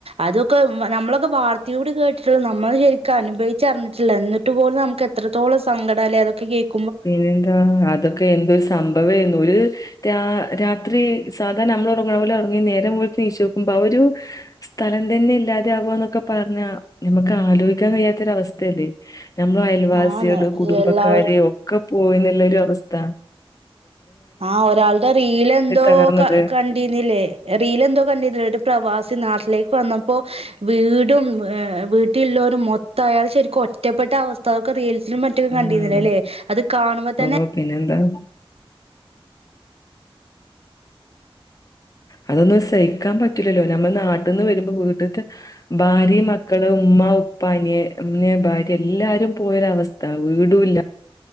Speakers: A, on the right; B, on the left.
A: അതൊക്കെ നമ്മള വാർത്ത <inaudible> ത് നമ്മള് ശെർക്ക് അനുഭവച്ച് അറിഞ്ഞിട്ടില്ല എന്നിട്ട് പോലും നമുക്ക് എത്രത്തോളം സങ്കടാലേ അതൊക്കെ കേക്ക്
B: പിന്നെന്താ അതൊക്കെന്ത് സംഭവേനു <inaudible> രാ രാത്രി സാധാ നമ്മ ഉറങ്ങന്നപോലെ ഉറങ്ങി നേരം <inaudible> നോക്കുമ്പോ ആ ഒരു സ്ഥലം തന്നെ ഇല്ലാതെ ആവാുകന്നൊക്കെ പറഞ്ഞാ നമുക്ക് ആലോചിക്കാൻ കഴിയാത്തൊര അവസ്ഥയല്ലേ നമ്മളയൽവാസികള്
A: ആന്ന്
B: കുടുംബക്കാര്
A: എല്ലാവരും
B: ഒ പോയീന്ന്ളളരവസ്ഥ
A: ആ ഒരാളുടെ റീലെന്തോ
B: തകർന്നത്.
A: ക കണ്ടീന്ന്ലേ റീലെന്തോ കണ്ടീന്ന്ലേ ഒരു പ്രവാസി നാട് ലേക്ക് വന്നപ്പോ വീടും വീട്ടീല്ലോരും മൊത്തായാൾ ശരിക്കും ഒറ്റപ്പെട്ട അവസ്ഥൊക്കെ സിലും മറ്റൊക്കെ
B: ഉം
A: കണ്ടീർന്നല്ലോലേ അത് കാണുമ്പോതന്നെ
B: ഓ പിന്നെന്താ അതൊന്നും സഹിക്കാൻ പറ്റൂലല്ലോ നമ്മൾ നാട്ടിന്ന് വരുമ്പോ വീട്ട്ത്തെ ഭാര്യേം മക്കളും ഉമ്മ ഉപ്പ അനിയൻ ഭാര്യ എല്ലാരും പോയൊരവസ്ഥാ വീടൂല്ല